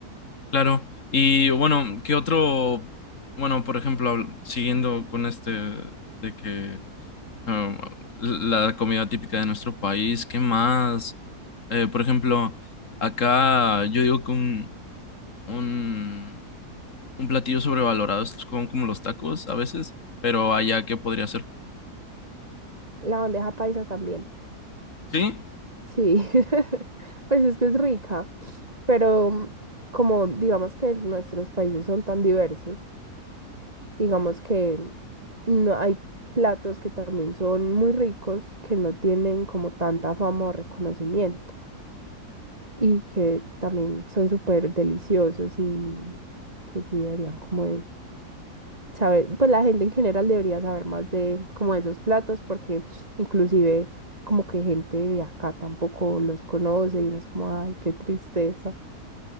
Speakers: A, on the left (about 50°); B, on the right (about 25°).
A: Claro, y bueno, ¿qué otro? Bueno, por ejemplo, habl- siguiendo con este de que um, la comida típica de nuestro país, ¿qué más? Eh, por ejemplo, acá yo digo que un, un, un platillo sobrevalorado es como, como los tacos a veces, pero allá, ¿qué podría ser?
B: La bandeja paisa también.
A: Sí,
B: Sí, <laughs> pues es que es rica, pero mm, como digamos que nuestros países son tan diversos, digamos que mm, no hay platos que también son muy ricos que no tienen como tanta fama o reconocimiento y que también son súper deliciosos y que sí deberían como de saber, pues la gente en general debería saber más de como de esos platos porque inclusive como que gente de acá tampoco los conoce y uno es como, ay, qué tristeza.